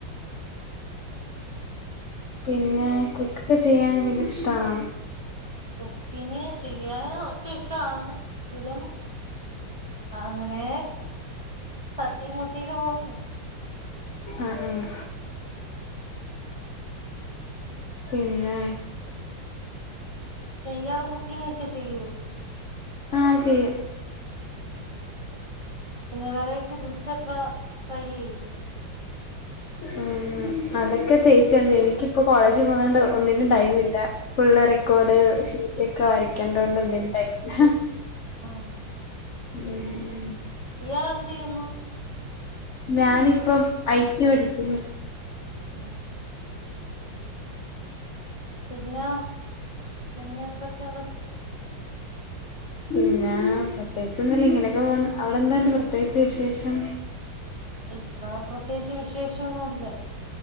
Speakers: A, on the left (about 70°); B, on the right (about 20°).
A: പിന്നെ കുക്ക് ഒക്കെ ചെയ്യാന് ഭയങ്കര ഇഷ്ട്ടാണോ
B: കുക്കിങ് ചെയ്യാന് ഒക്കെ ഇഷ്ട്ടാണ് <unintelligible> അങ്ങനെ തട്ടി മുട്ടിയൊക്കെ പോവുന്നു
A: ആഹ് ആഹ്
B: ഏഹ്
A: പിന്നെ
B: ഇയാള് കുക്കിംങ്ങൊക്കെ ചെയ്യോ
A: ആഹ് ചെയ്യും
B: ആഹ് പിന്നെ വെറൈറ്റി ഡ്രിഷ്യയൊക്കെ ട്രൈയ്യെയ്യോ
A: ഉം അതൊക്കെ ചേച്ചിയാണ് എനിക്കിപ്പോ കോളേജ് പോന്നോണ്ട് ഒന്നിനും ടൈമില്ല ഫുള്ള് റെക്കോർഡ് ഷീറ്റൊക്കെ വരയ്ക്കേണ്ടോണ്ട് ഒന്നിനും ടൈമില്ല
B: ആഹ്
A: ഉം ഉം
B: ഇയാളെന്തെയ്യുന്നു
A: ഞാനിപ്പം ഐ ടി പഠിക്കുന്നു
B: ആഹ് പിന്നെ പിന്നെന്തൊക്കെണ്ട്
A: പിന്നെ പ്രത്യേകിച്ച് ഒന്നുല്ലിങ്ങനൊക്കെ പോവുന്നു അവിടെന്തുണ്ട് പ്രത്യേകിച്ച് വിശേഷം
B: ഇവടെ പ്രത്യേകിച്ച് വിശേഷൊന്നുല്ല